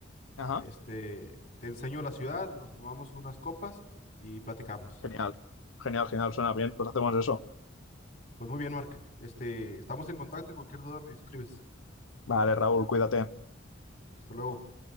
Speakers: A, on the left (about 85°); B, on the left (about 45°).
A: Ajá.
B: Este, te enseño la ciudad, nos tomamos unas copas y platicamos.
A: Genial, genial, genial, suena bien, pues hacemos eso.
B: Pues muy bien, Mark. Este, estamos en contacto, cualquier duda me escribes.
A: Vale, Raúl, cuídate.
B: Hasta luego.